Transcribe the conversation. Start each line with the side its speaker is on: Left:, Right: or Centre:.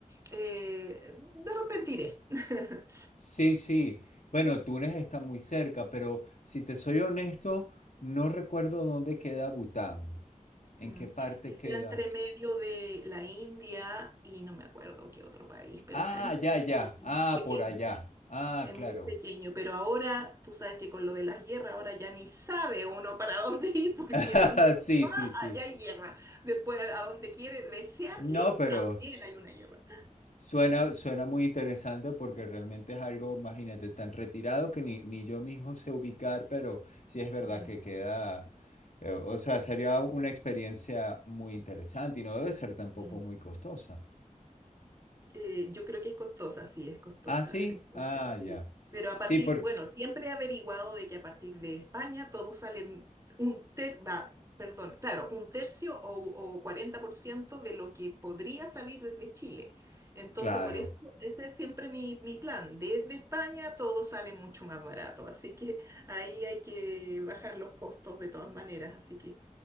Right: eh, de repente iré. <laughs>
Left: sí, sí. Bueno, Túnez está muy cerca, pero si te soy honesto, no recuerdo dónde queda Bután. ¿En
Right: Mm.
Left: qué parte
Right: Está
Left: queda?
Right: entre medio de la India y no me acuerdo qué otro país, pero
Left: Ah,
Right: está entre
Left: ya,
Right: medio
Left: ya.
Right: porque es
Left: Ah,
Right: muy pequeño,
Left: por allá. Ah,
Right: es
Left: claro.
Right: muy pequeño. Pero ahora tú sabes que con lo de las guerras, ahora ya ni sabe uno para <laughs> dónde ir, porque
Left: <laughs>
Right: donde uno
Left: Sí,
Right: va,
Left: sí, sí.
Right: allá hay guerra. Después, a donde quiere desear
Left: No,
Right: ir,
Left: pero
Right: también
Left: s-
Right: hay una guerra.
Left: suena, suena muy interesante porque realmente es algo, imagínate, tan retirado que ni, ni yo mismo sé ubicar, pero sí es verdad
Right: Mm,
Left: que queda, eh, o sea, sería una experiencia muy interesante y no debe ser tampoco
Right: mm.
Left: muy costosa.
Right: Eh, yo creo que es costosa, sí, es costosa.
Left: Ah, sí,
Right: Entonces,
Left: ah,
Right: sí.
Left: ya.
Right: Pero a partir,
Left: Sí, porque,
Right: bueno, siempre he averiguado de que a partir de España todo sale un ter, va, perdón, claro, un tercio o, o 40% de lo que podría salir desde Chile. Entonces,
Left: claro.
Right: por eso, ese es siempre mi, mi plan. Desde España todo sale mucho más barato, así que ahí hay que bajar los costos de todas maneras. Así que